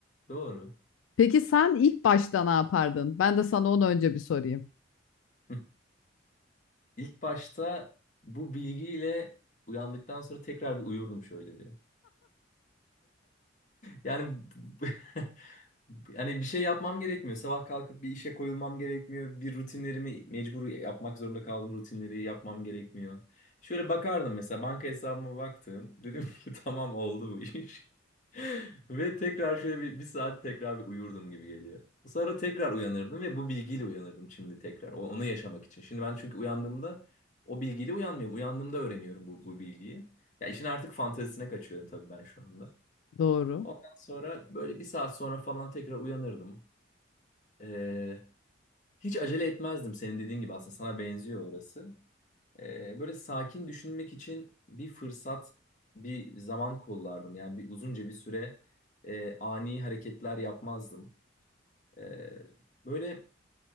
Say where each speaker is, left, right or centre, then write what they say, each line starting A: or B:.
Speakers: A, on the left (about 40°); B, on the left (about 85°).
A: Doğru.
B: Peki sen ilk başta ne yapardın? Ben de sana onu önce bir sorayım.
A: Hı. İlk başta bu bilgiyle uyandıktan sonra tekrar bir uyurdum şöyle bir. Yani bu- <laughs> yani bir şey yapmam gerekmiyor. Sabah kalkıp bir işe koyulmam gerekmiyor. Bir rutinlerimi mecbur yapmak zorunda kaldığım rutinleri yapmam gerekmiyor. Şöyle bakardım mesela banka hesabıma baktım. Dedim ki <laughs> tamam oldu bu iş. <laughs> Ve tekrar şöyle bir, bir saat tekrar bir uyurdum gibi geliyor. Sonra tekrar uyanırdım ve bu bilgiyle uyanırdım şimdi tekrar. O- onu yaşamak için. Şimdi ben çünkü uyandığımda o bilgiyle uyanmıyorum. Uyandığımda öğreniyorum bu, bu bilgiyi. Ya işin artık fantezisine kaçıyorum tabii ben şu anda.
B: Doğru.
A: Ondan sonra böyle bir saat sonra falan tekrar uyanırdım. Ee, hiç acele etmezdim senin dediğin gibi aslında sana benziyor orası. Ee, böyle sakin düşünmek için bir fırsat, bir zaman kollardım. Yani bir uzunca bir süre e, ani hareketler yapmazdım. Ee, böyle